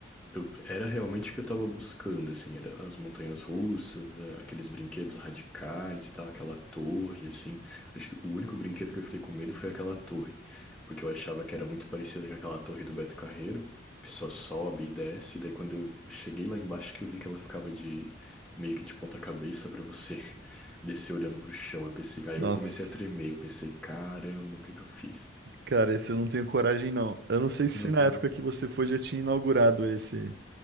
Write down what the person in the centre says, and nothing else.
Eu, era realmente o que eu tava buscando, assim, era as montanhas russas, a- aqueles brinquedos radicais e tal, aquela torre, assim. Acho que o único brinquedo que eu fiquei com medo foi aquela torre, porque eu achava que era muito parecida com aquela torre do Beto Carreiro, que só sobe e desce, e daí quando eu cheguei lá embaixo que eu vi que ela ficava de meio que de ponta cabeça pra você <laughs> descer olhando pro chão. Eu pensei, aí
eu comecei a tremer, eu pensei, caramba, o que que eu fiz?
Não
teve.